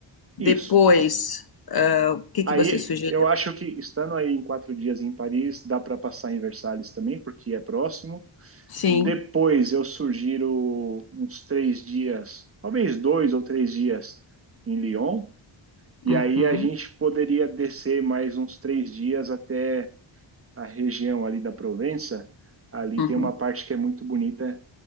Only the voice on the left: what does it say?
Depois,
ah, o que
que você sugeriu?
Sim.
Uhum,
uhum.